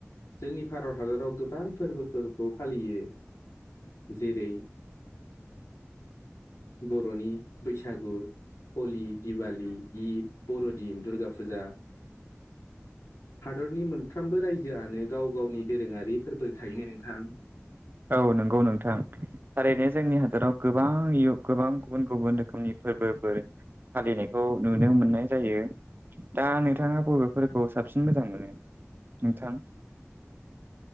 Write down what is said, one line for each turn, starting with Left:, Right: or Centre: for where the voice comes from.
Left: जोंनि भारत हादराव गोबां फोरबोफोरखौ फालियो जेरै बर'नि बैसागु हलि दिवाली दि बर'दिन दुर्गा फुजा हादरनि मोनफ्रोमबो रायजोआनो गाव गावनि दोरोङारि फोरबो थायोनो नोंथां
Right: औ नंगौ नोंथां थारैनो जोंनि हादोराव गोबां गोबां गुबुन गुबुन रोखोमनि फोरबोफोर फालिनायखौ नुनो मोननाय जायो दा नोंथाङा बबेफोरखौ साबसिन मोजां मोनो नोंथां